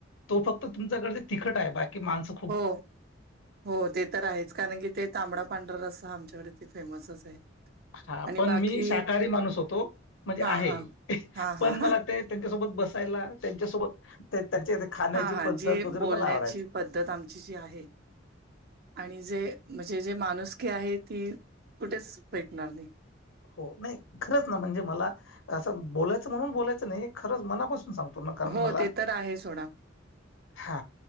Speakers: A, on the left; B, on the right.
A: तो फक्त तुमच्याकडं तिखट आहे, बाकी माणस
B: हो, हो, ते तर आहेच, कारण की ते तांबडा पांढरा रस्सा असा आमच्याकडे ते फेमसच आहे.
A: हा,
B: आणि
A: पण
B: बाकी
A: मी शाकाहारी माणूस होतो, म्हणजे
B: हा
A: आहे,
B: हा हा हा
A: पण मला तेऽ त्यांच्यासोबत बसायला, त्यांच्यासोबत त्यांच्ये खाण्याची
B: हा हा
A: पद्धत
B: जे
A: वगैरे
B: बोलण्याची
A: मला आवडायच.
B: पद्धत आ ची जी आहे. आणि जे, म्हणजे जे माणुसकीे आहे ती, कुठेच भेटणार नाही.
A: हो, नाही खरंच ना, म्हणजे मला असं बोलायचं म्हणून बोलायचं नाही, खरंच मनापासून सांगतो. कारण
B: हो
A: मला
B: ते तर आहे सोडा
A: हा,